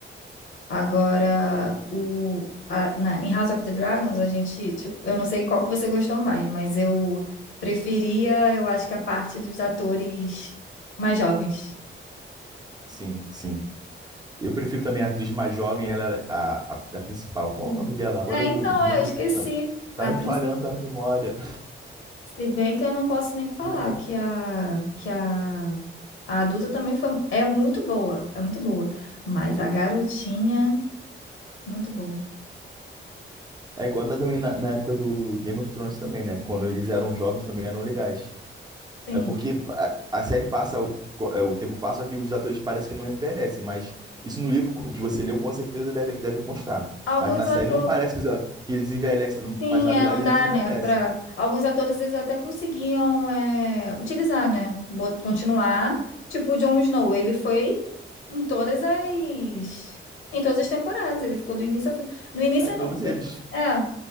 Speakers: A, on the left (about 80°); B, on the right (about 20°).
A: Agora, o, a- na- em House of the Dragons, a gente, tipo, eu não sei qual que você gostou mais, mas eu preferia, eu acho que a parte dos atores mais jovens.
B: Sim, sim. Eu prefiro também a atriz mais jovem, ela era a, a- da principal. Qual é o nome dela? Agora
A: É,
B: meu,
A: então,
B: o nome
A: é, eu esqueci.
B: tá, tá
A: A
B: me
A: princ-
B: falhando a memória.
A: Se bem que eu não posso nem falar
B: Como é que eu...
A: que a, que a, a adulta também foi, é muito boa, é muito boa. Mas a garotinha, muito boa.
B: É igual na- também na, na época do Game of Thrones também, né? Quando eles eram jovens também eram legais.
A: Sim.
B: É porque a, a série passa, o, co- é, o tempo passa, só que os atores parecem que não envelhecem, mas isso no livro que você leu com certeza deve, deve constar.
A: Alguns
B: Mas na série
A: atores.
B: não parece que, os a- que eles envelhecem,
A: Sim,
B: mas na
A: é,
B: verdade
A: não dá,
B: eles envelhecem.
A: né? Para alguns atores eles até conseguiam é, utilizar, né? Bot- Continuar. Tipo o Jon Snow, ele foi em todas as em todas as temporadas, ele ficou do início ao fim. No início
B: É todos
A: não,
B: eles.
A: é,